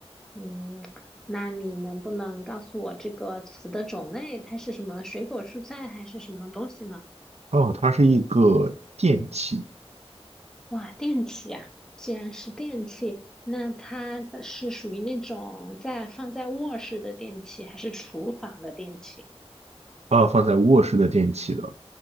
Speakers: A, in the centre; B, on the right.
A: 嗯，那你能不能告诉我这个词的种类？它是什么水果、蔬菜还是什么东西呢？
B: 哦，它是一个电器，
A: 哇，电器啊！既然是电器，那它的是属于那种在放在卧室的电器，还是厨房的电器？
B: 啊，放在卧室的电器的。